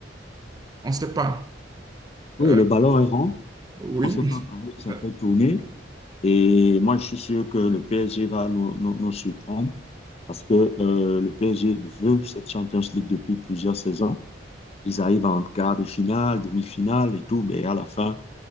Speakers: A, on the right; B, on the left.
A: on ne sait pas.
B: Oui,
A: Euh,
B: le ballon est rond.
A: oui.
B: On ne sait pas par où ça
A: Euh,
B: peut tourner. Et moi, je suis sûr que le PSG va nous, nous- nous surprendre parce que euh, le PSG veut cette Champions League depuis plusieurs saisons. ils arrivent en quart de finale, demi-finale et tout, mais à la fin,